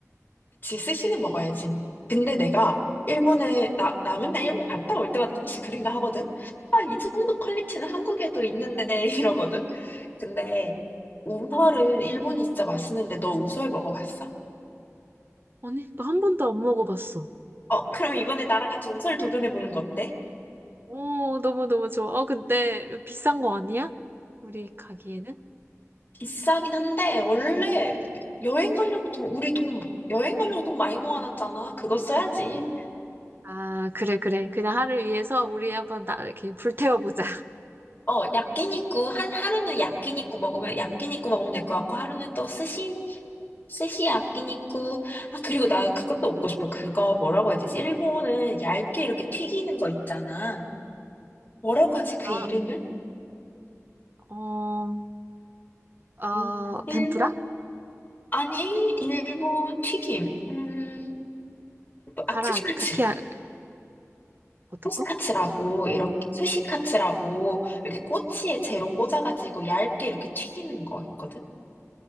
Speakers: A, on the left; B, on the right.
A: 그치, 스시는 먹어야지. 근데 내가 일본에, 나, 나 맨날 일본 갔다 올 때마다 사실 그 생각 하거든? 아, 이 정도 퀄리티는 한국에도 있는데, <laughs> 이러거든? 근데 우설은 일본이 진짜 맛있는데, 너 우설 먹어봤어?
B: 아니, 나 한 번도 안 먹어봤어.
A: 어,
B: 어때?
A: 그럼 이번에 나랑 같이 우설 도전해보는 거 어때?
B: 어, 너무너무 좋아. 어, 근데 비싼 거 아니야? 우리 가기에는?
A: 비싸긴 한데 원래 여행 가려고 돈 우리 돈 여행 가려고 돈 많이 모아놨잖아. 그거 써야지.
B: 아, 그래, 그래. 그냥 하루 위해서 우리 한번 나, 이렇게 불태워보자. <laughs>
A: 어, 야끼니쿠 한 하루는 야끼니쿠 먹으면 야끼니쿠 먹으면 될 것 같고 하루는 또 스시 스시 야끼니쿠. 아 그리고 나 그것도 먹고 싶어. 그거 뭐라고 해야 되지? 일본은 얇게 이렇게 튀기는 거 있잖아. 뭐라고 하지 그
B: 아,
A: 이름을?
B: 어, 어,
A: 음, 일본
B: 덴푸라?
A: 아니 일본 튀김. 음,
B: 가라아기,
A: 아츠시카츠.
B: 카키야, 어떤
A: 소스카츠라고
B: 거?
A: 이렇게 수시카츠라고
B: 음.
A: 이렇게 꼬치에 재로 꽂아가지고 얇게 이렇게 튀기는 거 있거든.